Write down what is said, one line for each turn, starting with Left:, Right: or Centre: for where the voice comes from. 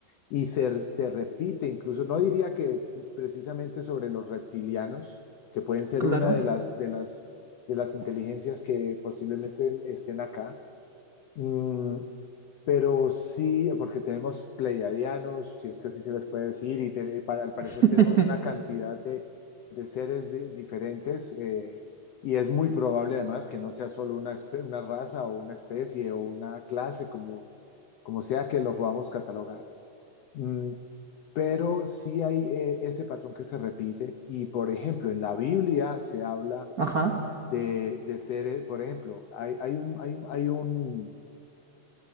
Left: y se, se repite incluso, no diría que precisamente sobre los reptilianos, que pueden ser
Right: Claro.
Left: una de las, de las, de las inteligencias que posiblemente estén acá, mm, pero sí, porque tenemos pleiadianos, si es que así se les puede decir, y te- para, al parecer
Right: <laughs>
Left: tenemos una cantidad de, de seres de- diferentes, eh, y es muy probable además que no sea solo una, espe- una raza o una especie o una clase, como, como sea que lo podamos catalogar. Mm, pero sí hay eh, ese patrón que se repite, y por ejemplo, en la Biblia se habla
Right: Ajá.
Left: de, de seres, por ejemplo, hay, hay un, hay un hay un-